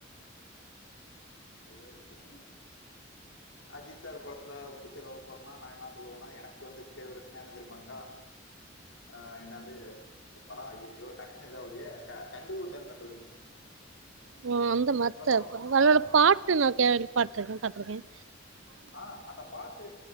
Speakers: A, on the left; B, on the right.
A: <unintelligible> அஜித் சார் படத்துல புடிச்ச லவ் படனா நா என்னா சொல்லுவேனா எனக்கு வந்து பேவரட் ன்னா என்ன தெரியுமாக்கா ஆ என்னாது இந்த படம் ஐய்யயோ டக்குன்னு இதாவுதே ஆ கண்டு கொண்டேன் கண்டு கொண்டேன்
B: ஆ அந்த மத்த
A: படம் சூப்பராக
B: அதுல
A: இருக்கும்க்கா
B: உள்ள பாட்டு நா கே-பாத்துருக்கேன் பாத்துருக்கேன்
A: ஆ அந்த பாட்டு